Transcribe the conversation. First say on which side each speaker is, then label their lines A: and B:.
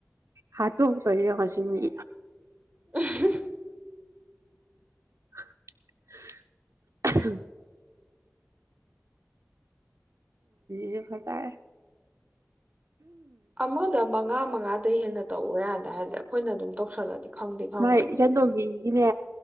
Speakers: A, on the right (about 80°); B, on the right (about 30°).
A: ꯍꯥ ꯇ ꯀ ꯉꯁꯤ ꯃꯤ
B: ꯎ
A: <inaudible> ꯍꯦ ꯐꯁ
B: ꯑꯃꯥꯗ ꯃꯉꯥ ꯃꯉꯥꯗꯒꯤꯩ ꯍꯦꯟꯅ ꯇꯧꯕ ꯌꯥꯗꯦ ꯍꯥꯏꯔꯦ ꯑꯩꯈꯣꯏꯅ ꯑꯗꯨꯝ ꯇꯧꯁꯜꯂꯗꯤ ꯈꯪꯗꯤ ꯈꯪꯉꯣꯏꯕ
A: ꯃꯥꯥꯏ ꯏꯆꯟ ꯇꯣꯝꯕꯤꯒꯤꯅꯦ